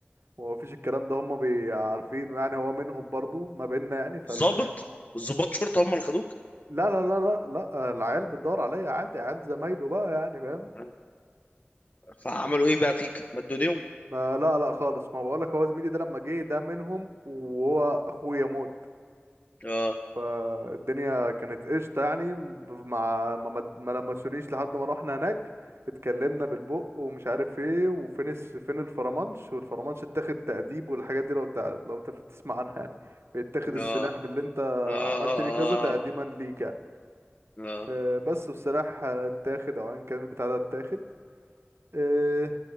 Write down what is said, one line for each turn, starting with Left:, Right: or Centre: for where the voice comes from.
Right: ومفيش الكلام ده هما بي- عارفينه يعني هو منهم برضو ما بيننا يعني فالدنيا
Left: ظابط ظباط شرطه هم اللي خدوك
Right: لا لا لا لا لا العيال بتدور عليا عادي عيال زمايله بقى يعني فاهم
Left: آه. فعملوا ايه بقى فيك مدوا ايديهم
Right: ما لا لا خالص ما بقولك هو زميلي ده لما جه ده منهم وهو اخويا موت
Left: اه
Right: فالدنيا كانت قشطة يعني مع ما, ما ما لمسونيش لحد ما روحنا هناك اتكلمنا بالبق ومش عارف ايه وفين الس- فين الفرمانش والفرمانش اتاخد تأديب والحاجات دي لو تع... لو تف- تسمع عنها يعني بيتاخد السلاح
Left: اه
Right: باللي انت
Left: اه
Right: عملت
Left: اه
Right: بيه كذا تقديما
Left: اه
Right: ليك يعني
Left: اه
Right: آه، بس والسلاح آه، اتاخد او ايا كان البتاع ده اتاخد آه،